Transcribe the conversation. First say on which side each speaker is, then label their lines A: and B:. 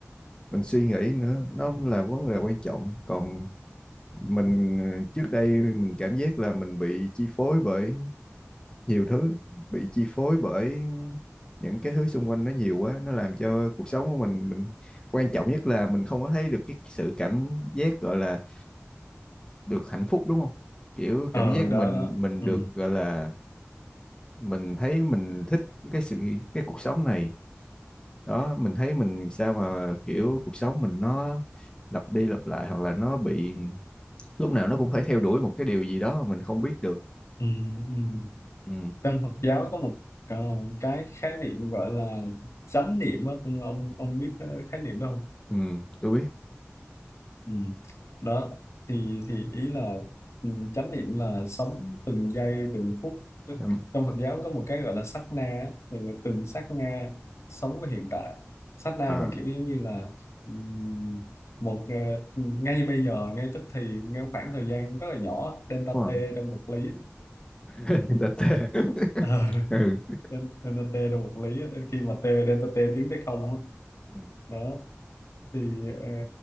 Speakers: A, on the left; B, on the left.
A: mình suy nghĩ nữa nó là vấn đề quan trọng còn mình ờ, trước đây mình cảm giác là mình bị chi phối bởi nhiều thứ bị chi phối bởi những cái thứ xung quanh nó nhiều quá nó làm cho cuộc sống của mình mình quan trọng nhất là mình không có thấy được cái sự cảm giác gọi là được hạnh phúc đúng không kiểu
B: ờ
A: cảm giác
B: đó
A: mình
B: đó
A: mình
B: ừ.
A: được gọi là mình thấy mình thích cái sự cái cuộc sống này đó mình thấy mình sao mà kiểu cuộc sống mình nó lặp đi lặp lại hoặc là nó bị lúc nào nó cũng phải theo đuổi một cái điều gì đó mà mình không biết được
B: Ừ. Ừ.
A: ừ
B: trong Phật giáo có một ờ, cái khái niệm gọi là chánh niệm á, ông ông ông biết cái khái niệm đó không?
A: ừ tôi biết
B: Ừ. Đó thì thì ý là ừ, chánh niệm là sống từng giây từng phút Tức-
A: Em-
B: trong Phật giáo có một cái gọi là sát na á, tức là từng sát na sống với hiện tại sát na
A: à
B: là kiểu giống như là ừm, một ờ, ừ, ngay bây giờ ngay tức thì ngay khoảng thời gian rất là nhỏ delta
A: đúng rồi
B: t trong vật lý
A: <laughs>
B: ừ.
A: Người ta tê. <laughs>
B: Ờ,
A: ừ
B: nên nên là t là một lý á. nên khi mà t delta t tiến tới không á
A: Ừ,
B: đó thì ờ,